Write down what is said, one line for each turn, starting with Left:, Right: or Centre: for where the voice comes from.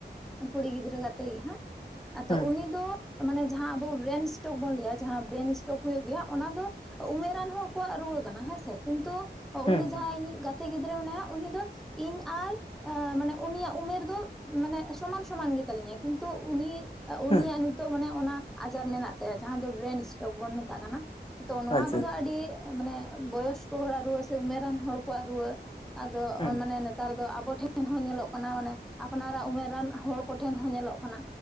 Centre: ᱠᱩᱲᱤ ᱜᱤᱫᱽᱨᱟᱹ ᱜᱟᱛᱮ ᱜᱮ ᱦᱟᱸᱜ, ᱟᱫᱚ
Left: ᱦᱩᱸ
Centre: ᱩᱱᱤ ᱫᱚ ᱢᱟᱱᱮ, ᱡᱟᱦᱟᱸ ᱟᱵᱚ, ᱵᱨᱮᱱ ᱥᱴᱳᱠ ᱵᱚᱱ ᱞᱟᱹᱭᱟ, ᱡᱟᱦᱟᱸ ᱵᱨᱮᱱ ᱥᱴᱳᱠ ᱦᱳᱭᱳᱜ ᱜᱮᱭᱟ, ᱚᱱᱟᱫᱚ ᱩᱢᱮᱨᱟᱱ ᱦᱚᱲ ᱠᱚᱣᱟᱜ ᱨᱩᱣᱟᱹ ᱠᱟᱱᱟ, ᱦᱮᱸ ᱥᱮ, ᱠᱤᱱᱛᱩ
Left: ᱦᱩᱸ
Centre: ᱩᱱᱤ
Left: ᱦᱩᱸ ᱦᱩᱸ
Centre: ᱡᱟᱦᱟᱸᱭ, ᱤᱧᱤᱡ ᱜᱟᱛᱮ ᱜᱤᱫᱽᱨᱟᱹ ᱢᱮᱱᱟᱭᱟ, ᱩᱱᱤ ᱫᱚ ᱤᱧ ᱟᱨ ᱟᱸᱻ ᱢᱟᱱᱮ, ᱩᱱᱤᱭᱟᱜ ᱩᱢᱮᱨ ᱫᱚ, ᱢᱟᱱᱮ ᱥᱚᱢᱟᱱ ᱥᱚᱢᱟᱱ ᱜᱮ, ᱛᱟᱞᱤᱧᱟ, ᱠᱤᱱᱛᱩ, ᱩᱱᱤ ᱩᱱᱤᱭᱟᱜ
Left: ᱦᱩᱸ
Centre: ᱱᱤᱛᱚᱜ ᱢᱟᱱᱮ, ᱚᱱᱟ ᱟᱡᱟᱨ ᱢᱮᱱᱟᱜ ᱛᱟᱭᱟ, ᱡᱟᱦᱟᱸ ᱫᱚ ᱵᱨᱮᱱ ᱥᱴᱳᱚᱠ ᱵᱚᱱ, ᱢᱮᱛᱟᱜ ᱠᱟᱱᱟ ᱾ ᱛᱚ, ᱱᱚᱶᱟ
Left: ᱟᱪᱪᱷᱟ
Centre: ᱠᱚᱫᱚ, ᱟᱹᱰᱤ ᱢᱟᱱᱮ ᱵᱚᱭᱚᱥᱠᱚ ᱦᱚᱲᱟᱜ ᱨᱩᱣᱟᱹ, ᱥᱮ ᱩᱢᱮᱨᱟᱱ ᱦᱚᱲ ᱠᱚᱣᱟᱜ ᱨᱩᱣᱟᱹ ᱾ ᱟᱫᱚ ᱚᱻ
Left: ᱦᱩᱸ
Centre: ᱢᱟᱱᱮ, ᱨᱮᱫᱚ ᱟᱵᱚ ᱴᱷᱮᱱ ᱦᱚᱸ, ᱧᱮᱞᱚᱜ ᱠᱟᱱᱟ ᱾ ᱢᱟᱱᱮ, ᱟᱯᱱᱟᱨᱟᱜ ᱩᱢᱮᱨᱟᱱ ᱦᱚᱲ ᱠᱚ, ᱴᱷᱮᱱ ᱦᱚᱸ, ᱧᱮᱞᱚᱜ ᱠᱟᱱᱟ